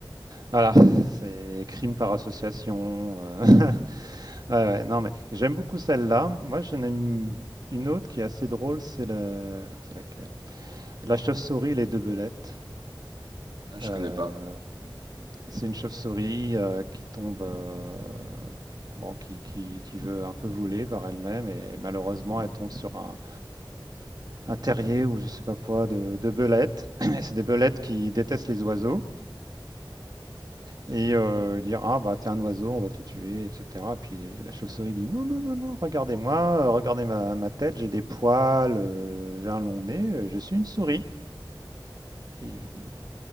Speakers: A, on the right; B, on the right.
A: Voilà, c'est crime par association. euh, <laughs> Ouais, ouais, non, mais j'aime beaucoup celle-là. Moi, j'en aime une autre qui est assez drôle. C'est la, c'est laquelle? La chauve-souris et les deux belettes.
B: Ah, je
A: Euh,
B: connais pas.
A: c'est une chauve-souris euh, qui tombe, euh, bon, qui, qui- qui veut un peu voler par elle-même et malheureusement, elle tombe sur un un terrier ou je sais pas quoi de, de belettes. <clears throat> Et c'est des belettes qui détestent les oiseaux et euh, dire ah bah t'es un oiseau, on va te tuer, etc. Puis la chauve-souris dit non non non non, regardez-moi, euh, regardez ma, ma tête, j'ai des poils, euh, j'ai un long nez, euh, je suis une souris. Et euh,